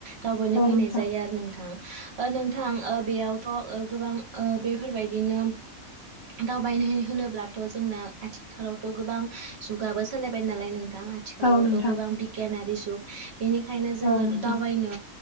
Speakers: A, on the right; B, on the left.
A: दावबायनो
B: औ
A: फैनाय
B: नोंथां
A: जायो आरो नोंथां। नोंथां बेयाव थ' ओ गोबां ओ बेफोरबायदिनो दावबायनो होनोब्लाथ' जोंना आथिखालावथ' गोबां जुगाबो सोलायबाय नालाय नों थां आथिखालावथ'
B: औ नोंथां
A: गोबां बिगियानारि जुग बेनिखायनो जोङो
B: औ नोंथां
A: दावबायनो